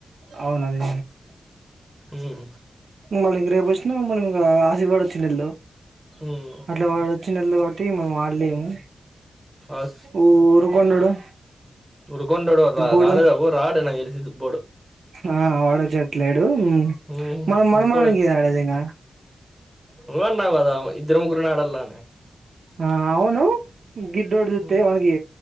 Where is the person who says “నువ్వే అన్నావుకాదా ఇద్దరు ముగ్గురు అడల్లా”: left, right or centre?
Centre